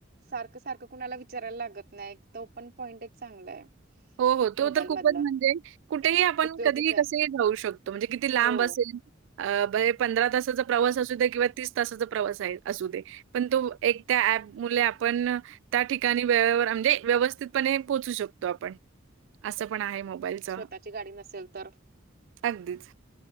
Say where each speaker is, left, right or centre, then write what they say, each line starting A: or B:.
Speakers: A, on the right; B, on the right.
A: सारखं सारखं कुणाला विचारायला लागत नाही एक तर पण पॉईंट एक चांगला आहे.
B: हो हो
A: मोबाईल
B: तो तर खूपच
A: मधला
B: म्हणजे कुठेही आपण
A: उपयोगीच
B: कधीही
A: आहे
B: कसेही घेऊ शकतो म्हणजे किती लांब
A: हो.
B: असेल? अ बरे पंधरा तासाचा प्रवास असू दे किंवा तीस तासाचा प्रवास आहे असू दे. पण तो एक त्या ऍप मुळे आपण त्या ठिकाणी वेळेवर म्हणजे व्यवस्थितपणे पोहोचू शकतो आपण. असं पण आहे मोबाईलच.
A: स्वतःची गाडी नसेल तर
B: अगदीच.